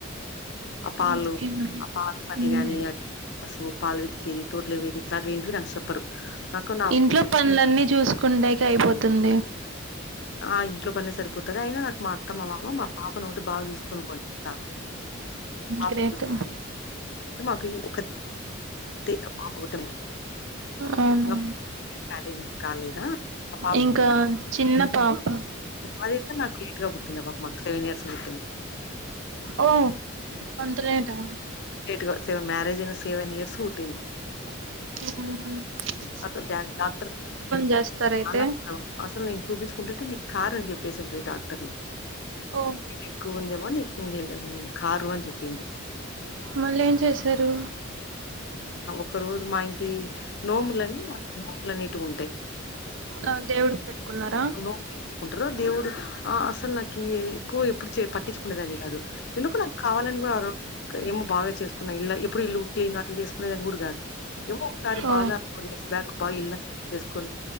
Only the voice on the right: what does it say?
ఇంకేమన్నా
ఉమ్
ఇంట్లో
పనులన్నీ చూసుకుండేకి అయిపోతుంది
గ్రేట్
అవునా
ఇంకా చిన్న పాప
ఓ అంత లేటా
ఉ
చేస్తారయితే
ఓ
మళ్ళి ఏం చేశారు
ఆ దేవుడికి పెట్టుకున్నారా
ఓ